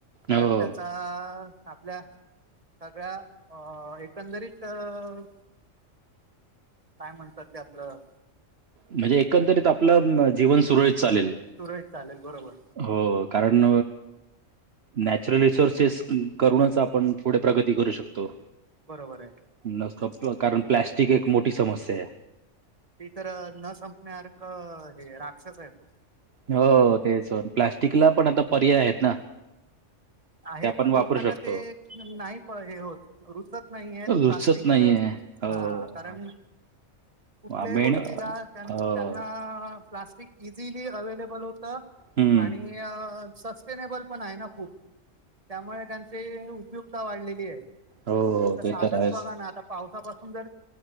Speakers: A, on the right; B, on the right.
A: हो.
B: तर त्याचा आपल्या. सगळ्या अ- एकंदरीत -अ. काय म्हणतात ते आपलं.
A: म्हणजे एकंदरीत आपलं जीवन सुरळीत चालेल.
B: सुरळीत चालेल बरोबर.
A: हो कारण. नॅचरल रिसोर्सेस, करूनच आपण पुढे प्रगती करू शकतो.
B: बरोबर आहे.
A: न कारण प्लाॅस्टिक एक मोठी समस्या आहे.
B: त तर न संपण्यासारखं हे राक्षस आहे तो.
A: हो तेचं प्लास्टिकला पण आता पर्याय आहेत ना.
B: आहेत
A: ते आपण
B: पण
A: वापरू
B: लोकांना
A: शकतो.
B: ते नाही हे हो रुचत नाही आहेत
A: रुचत
B: प्लास्टिक
A: नाहीये हो
B: हा कारण कुठल्याही
A: मेन
B: गोष्टीला
A: हो
B: त्यांना प्लास् इझिली अवे्लेबल होतं
A: हम्म
B: आणि सस्टेनेबल पण आहे ना खूप. त्यामुळे त्यांची उपयुक्ता वाढलेली आहे
A: हो
B: आता साधच
A: ते तर आहेच.
B: बघा ना आता. पावसापासून जर